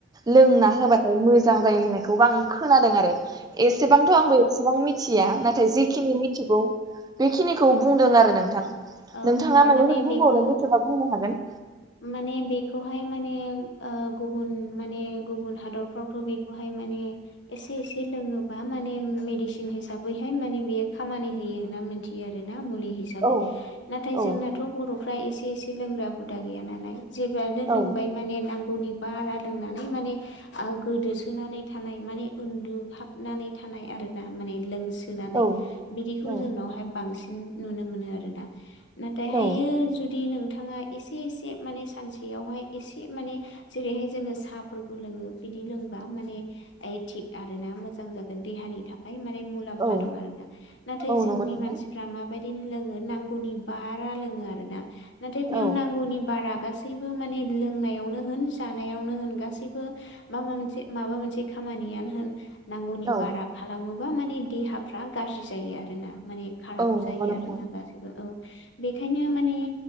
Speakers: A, on the right; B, on the left.
A: लोंना होबाथाय मोजां जायो होननायखौबो आं खोनादों आरो। एसेबांथ' आंबो एसेबां मिथिया नाथाय जिखिनि मि बेखिनिखौ बुंदों आरो नोंथां
B: औ
A: नोंथाङा
B: औ
A: माबाफोर
B: माने
A: बुंबावनो
B: बेखौ
A: गोसो नो हागोन
B: माने बेखौहाय माने गुबुन माने ओ गुबुन हादरफ्रावथ' बेखौहाय माने एसे एसे लोङोबा माने मेडिसिन हिसाबैहाय माने बेयो खामानि होयो होनना मिथि आरोना मुलि हिसाबै
A: औ
B: नाथाय
A: औ
B: जोंनाथ' बर'फ्रा एसे एसे लोंग्रा हुदा गैया नालाय। जेब्लानो
A: औ
B: लोंबाय माने नांगौनि बारा लोंनानै माने ओ गोदोसोनानै थानाय माने उन्दुहाबनानै थानाय आर ना माने लोंस सोनानै
A: औ
B: बिदिखौ
A: औ
B: जोंनावहाय बांसिन नुनो मोनो आरोना। नाथायहायो
A: औ
B: जुदि नोंथाङा एसे एसे माने सानसेयावहाय एसे माने जेरैहाय जोङो साहाफोरखौ लोङो बिदि लोंबा माने थिग आरो ना मोजां जागोन देहानि थाखाय माने मुलै मुलाम्फा
A: औ
B: दं आरो दा नाथाय
A: औ
B: जोंनि
A: नंगौ नोंथां
B: मान माबायदि लोङो नांगौनि बारा लोङो आरोना नाथाय
A: औ
B: बेयाव नांगौनि बारा गासैबो माने लोंनायावनो होन जानायावनो होन गासैबो मा मा मोनसे माबा मोनसे खामानियानो होन नांगौनि
A: औ
B: बारा खालामोबा माने देहाफ्रा गाज्रि जायो आरोना माने खाराब
A: औ
B: जायो
A: नंगौ नोंथां
B: आरोना गासैबो औ बेखायनो माने